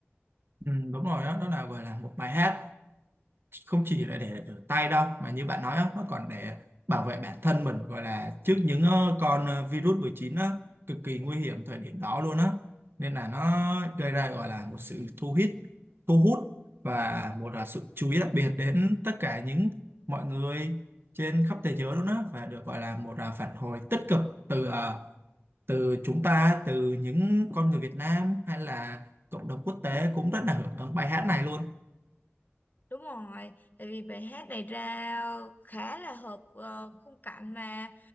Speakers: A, on the right; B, on the left.
A: Ừ, đúng rồi đó, đó là gọi là một bài hát không chỉ là để rửa tay đâu mà như bạn nói á, nó còn để bảo vệ bản thân mình gọi là trước những ờ, con ờ, virus 19 á, cực kỳ nguy hiểm thời điểm đó luôn á nên là nó gây ra gọi là một sự thu hút thu hút và một là sự chú ý đặc biệt đến tất cả những mọi người trên khắp thế giới luôn á và được gọi là một là phản hồi tích cực từ ờ, từ chúng ta từ những con người Việt Nam hay là cộng đồng quốc tế cũng rất là hưởng ứng bài hát này luôn
B: Đúng rồi, tại vì bài hát này ra khá là hợp ờ, khung cảnh mà